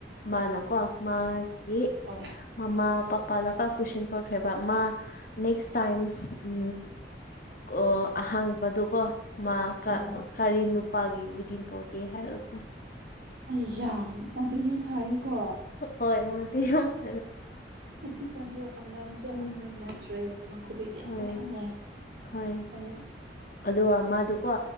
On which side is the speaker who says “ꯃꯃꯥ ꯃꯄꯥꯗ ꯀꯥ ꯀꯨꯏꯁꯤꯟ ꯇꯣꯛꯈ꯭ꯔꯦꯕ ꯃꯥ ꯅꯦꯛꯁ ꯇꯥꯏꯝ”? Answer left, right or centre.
Left